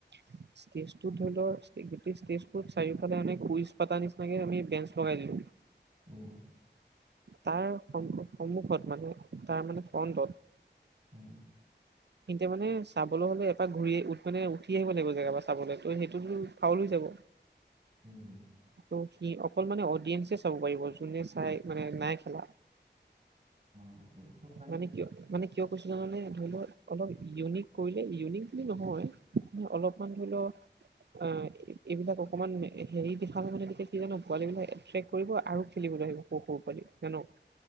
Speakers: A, on the right; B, on the right.
A: <inaudible> ষ্টেজটো ধৰি লও গোটেই ষ্টেজটো চাৰিওফালে আমি কুইজ পাতা নিচিনাকে আমি বেঞ্চ লগাই দিলো।
B: উম।
A: তাৰ সম সন্মুখত মানে তাৰ মানে ফণ্ডত-
B: উম
A: তেন্তে মানে চাবলৈ হলে এপাৰ ঘূৰি উ মানে উঠি আহিব লাগিব জেগাৰ পৰা চাবলৈ ত সেইটোতো ফাউল হৈ যাব-
B: উম
A: ত সি অকল মানে অডিয়েঞ্চে চাব পাৰিব যোনে চাই মানে নাই খেলা-
B: অ' তেনেকৈ পাৰি
A: মানে কিয়- মানে কিয় কৈছিল জানানে মানে ধৰিৰ অলপ ইউনিক কৰিলে ইউনিক বুলি নহয়। ম অলপমান ধৰি লও আহ এইবিলাক অকমান হেৰি- সষাল মানে এতিয়া কি জানো পোৱালী বিলাক এট্ৰেক্ট কৰিব আৰু খেলিবলৈ আহিব পশু পোৱালি জানন।